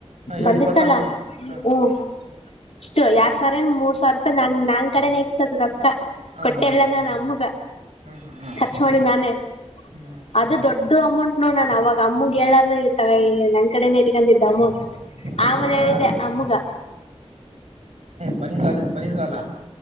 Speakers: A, on the right (about 75°); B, on the left (about 65°).
A: ಹಾ ಹೇಳಿ
B: ಬಂದಿತ್ತಲ
A: ಇಪ್ಪತ್ತು ಸಾವಿರ ರೂಪಾಯಿ ಹಾ
B: ಹ್ಮ ಅಷ್ಟು ಯಾರ್ ಸಾವಿರ ಮೂರ್ ಸಾವಿರ ರೂಪಾಯಿ ನನ್ ನನ್ ಕಡೆನೆ ಇರ್ತದ್ದು ರೊಕ್ಕ
A: ಹಾ
B: ಕೊಟ್ಟೆಲ್ಲ
A: ಹಾ
B: ನಾನ ಅಮ್ಮಗ
A: ಹ್ಮ್ ಹ್ಮ್ ಹ್ಮ್
B: ಖರ್ಚು ಮಾಡಿ ನಾನೇ
A: ಹ್ಮ್ ಹ್ಮ್
B: ಅದು ದೊಡ್ಡ ದೊಡ್ಡು ಅಮೌಂಟ್ ನೋಡ ನನ್ ಅವಾಗ ಅಮ್ಮಗೆ ಹೇಳದ್ದೇ ಇರ್ತಾಗ ಕಡೆನ ಇಟ್ಕೊಂಡಿದ್ದ ಅಮೌಂಟ್
A: ಅಯ್ಯೋ
B: ಆಮೇಲೆ ಹೇಳಿದೆ
A: ನಾನ್
B: ಅಮ್ಮುಗ
A: ಮನೆ ಸಾಲ ಮನೆ ಸಾಲ